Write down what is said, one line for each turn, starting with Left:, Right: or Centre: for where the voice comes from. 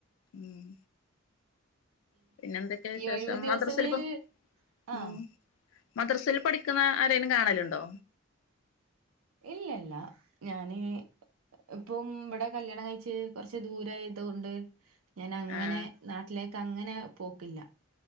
Left: ഉം പിന്നെ എന്തൊക്കെയാ വിശേഷം
Right: ഈ ഒഴിവ് ദിവസങ്ങളില്
Left: മദ്രസൽപ്പം ഉം
Right: ആഹ്
Left: മദ്രസയിൽ പഠിക്കുന്ന ആരേലും കാണലുണ്ടോ
Right: ഇല്ലല്ല ഞാന് ഇപ്പം ഇവിടെ കല്യാണം കഴിച്ച് കൊറച്ച് ദൂരായതുകൊണ്ട് ഞാൻ അങ്ങനെ
Left: ആഹ്
Right: നാട്ടിലേക് അങ്ങനെ പോക്കില്ല